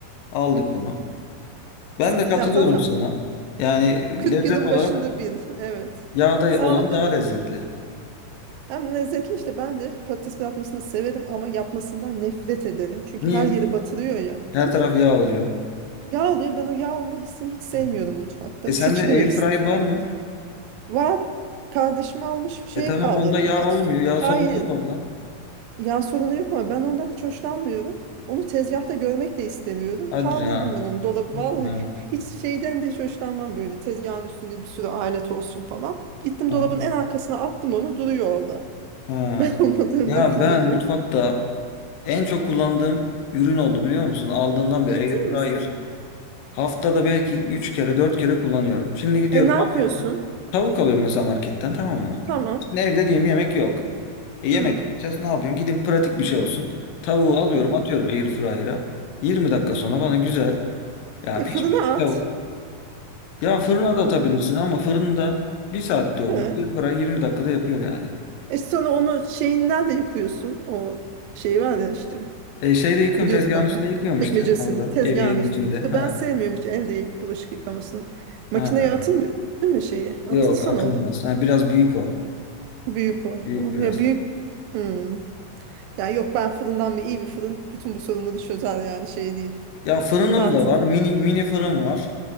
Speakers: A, on the left; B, on the right.
A: Aldık bunu. Ben
B: sa-
A: de katılıyorum
B: ya zaten
A: sana. Yani
B: 40
A: lezzet
B: yılın
A: olarak
B: başında bir. Evet.
A: yağda
B: Sağlıklı
A: olan daha lezzetli.
B: hem lezzetli işte ben de patates kızartmasını severim ama yapmasından nefret ederim. Çünkü
A: Niye?
B: her yeri batırıyor ya.
A: Her
B: Çünkü
A: taraf yağ oluyor.
B: Yağ oluyor. Ben o yağ olma hissini hiç sevmiyorum
A: Evet.
B: mutfakta.
A: E
B: Sıçrıyor
A: sende airfryer
B: ister istemez.
A: var mı?
B: Var. Kardeşim almış şeye
A: E tamam
B: kaldırdım.
A: onda yağ
B: Hiç
A: olmuyor. Yağ
B: hayır.
A: sorunu yok orada.
B: Yağ sorunu yok ama ben ondan hiç hoşlanmıyorum. Onu tezgahta görmek de istemiyorum.
A: Hadi
B: Kaldırdım
A: ya.
B: ben onu dolabı. Vallahi
A: Ha.
B: <laughs> hiç şeyden de hiç hoşlanmam böyle. Tezgahın üstünde bir sürü alet olsun falan. Gittim
A: Aha.
B: dolabın en arkasına attım onu duruyor orada. <laughs>
A: Ha.
B: Ben olmadığımda
A: Ya
B: kullanıyor.
A: ben mutfakta en çok kullandığım ürün oldu biliyor musun? Aldığımdan beri
B: Ciddi
A: airfryer.
B: misin?
A: Haftada belki 3 kere 4 kere kullanıyorum. Şimdi gidiyorum
B: E ne yapıyorsun?
A: marketten. Tavuk alıyorum mesela marketten tamam mı?
B: Tamam.
A: Şimdi evde diyeyim yemek yok. E yemek
B: Hı,
A: yapacağız ne yapıyorum? Gidin pratik bir şey olsun. Tavuğu alıyorum
B: hı.
A: atıyorum airfryer'a. 20 dakika sonra bana güzel yani
B: E
A: pişmiş
B: fırına
A: bir
B: at.
A: tavuk. Ya fırına da atabilirsin ama fırında bir saatte oluyor.
B: He.
A: Airfryer 20 dakikada yapıyor yani.
B: E sonra onu şeyin nerede yıkıyorsun. O şey var ya işte.
A: E şeyde yıkıyorum
B: Ne diyorlar
A: tezgahın üstünde
B: ona?
A: yıkıyorum
B: Çekmecesini,
A: işte orada.
B: tezgahın
A: Eviyenin
B: üstünü.
A: içinde.
B: İşte
A: Ha.
B: ben sevmiyorum hiç el bulaşık yıkamasını. Makineye
A: Ha.
B: atılmıyor değil mi şeyi? Atılsa
A: Yok atılmaz.
B: ne olur?
A: Ha, biraz büyük o.
B: Büyük o.
A: Büyük
B: O-
A: biraz.
B: Ya büyük... Hmm. Ya yok ben fırından mı iyi bir fırın bütün bu sorunları çözer yani şey değil.
A: Ya fırınım
B: Zaten
A: da var. Mini mini fırın var.